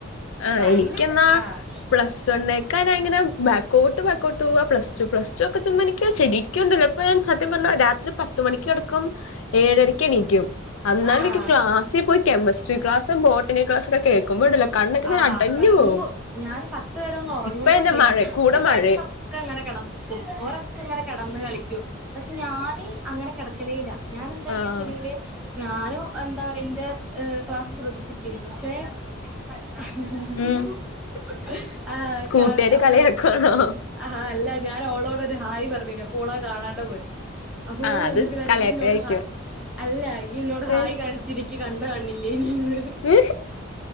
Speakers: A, on the left (about 85°); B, in the centre.
A: ആ
B: അപ്പൊ അയില്
A: എനിക്കെന്നാ
B: ആഹ്
A: പ്ലസ് വണ് ക്കാ ഞാൻ അങ്ങനെ ബാക്കഔട്ട് ബാക്കഔട്ട് പോവുക പ്ലസ് ടു പ്ലസ് ടു ഒക്കെ ചുമ്മാ എനിക്ക് ശരി ക്കുണ്ടല്ലോ ഇപ്പൊ ഞാൻ സത്യം പറഞ്ഞ രാത്രി പത്ത് മണിക്ക് കിടക്കും ഏഴരക്കണീ ക്കും അന്നാല്
B: ആഹ്
A: എനിക്ക് ക്ലാസിൽ പോയി കെമിസ്ട്രി ക്ലാസ് ബോട്ടണി ക്ലാസ്സ് ഒക്കെ കേൾക്കുമ്പോണ്ടല്ലോ കണ്ണൊക്കെ ഇങ്ങനെ
B: ആഹ്
A: അടഞ്ഞു
B: ഉറങ്ങും
A: പോവും
B: ഞാന് പത്ത് വരൊന്നും ഉറങ്ങും
A: ഇപ്പ
B: കൂടില്ലെനി
A: എന്നെ മഴ കൂടെ
B: എന്റെ ഫ്രണ്ട്‌സ്
A: മഴയും
B: ക്കെ ഇങ്ങനെ കിടക്കും ഓരൊക്കെ ഇങ്ങനെ കിടന്ന കളിക്കും പക്ഷെ ഞാന് അങ്ങനെ കിട ചെലേല ഞാൻ എന്താ ചെയ്യചെങ്കില്
A: ആഹ്
B: ഞാനും എന്താ പറയാ എന്റെ ക്ലാസ്സ് ശ്രദ്ധിച്ചിരിക്കനി പക്ഷെ <unintelligible>
A: ഉം
B: ആഹ്
A: കൂട്ടുകാര്
B: കാണ അപ്പൊ
A: കളിയാക്കുവാണോ
B: ആഹ് അല്ല ഞാൻ ഓളോട് ഇപ്പോ ഒരു ഹായ് പറഞ്ഞില്ലേ ഓള കാണാണ്ട് പോയി അപ്പോ ഓള്
A: ആഹ് അത്
B: വന്നിട്ട് പറ
A: കളിയാക്കലായിരിക്കും
B: ഈന്നോട് ഹ അല്ല ഈന്നോട് ഹായി
A: ഏഹ്
B: കാണി ചിരിക്ക് കണ്ണ് കാണില്ലേനിന്ന്
A: ഉ